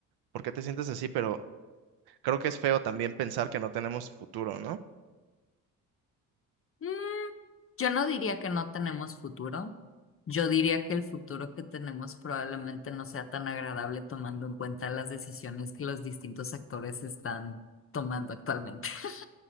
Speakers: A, on the right (about 70°); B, on the left (about 35°).
A: por qué te sientes así, pero creo que es feo también pensar que no tenemos futuro, ¿no?
B: Mm, yo no diría que no tenemos futuro. Yo diría que el futuro que tenemos probablemente no sea tan agradable tomando en cuenta las decisiones que los distintos actores están tomando actualmente. <laughs>